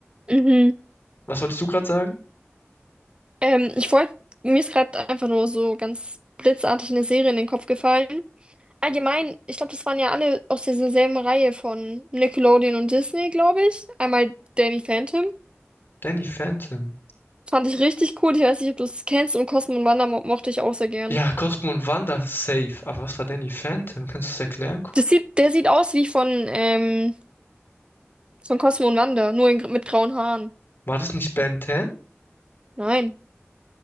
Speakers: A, on the right (about 25°); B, on the left (about 55°).
A: mhm.
B: Was wolltest du gerade sagen?
A: Ähm, ich wollte, mir ist gerade einfach nur so ganz blitzartig eine Serie in den Kopf gefallen. Allgemein, ich glaube, das waren ja alle aus dieser selben Reihe von Nickelodeon und Disney, glaube ich. Einmal Danny Phantom.
B: Danny Phantom.
A: Fand ich richtig cool. Ich weiß nicht, ob du es kennst. Und Cosmo und Wanda mo mochte ich auch sehr gern.
B: Ja, Cosmo und Wanda, safe. Aber was war Danny Phantom? Kannst du es erklären? ku-
A: Das sieht, der sieht aus wie von, ähm, von Cosmo und Wanda, nur in, mit grauen Haaren.
B: War das nicht Ben 10?
A: Nein.